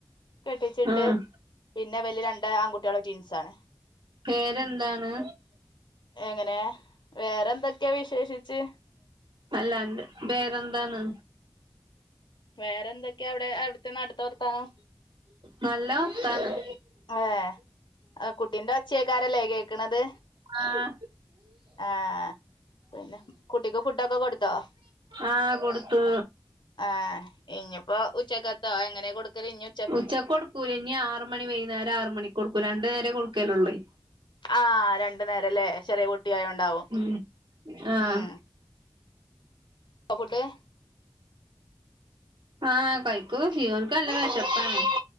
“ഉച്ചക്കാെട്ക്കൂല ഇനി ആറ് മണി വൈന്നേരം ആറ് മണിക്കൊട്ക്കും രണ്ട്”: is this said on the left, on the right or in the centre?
Right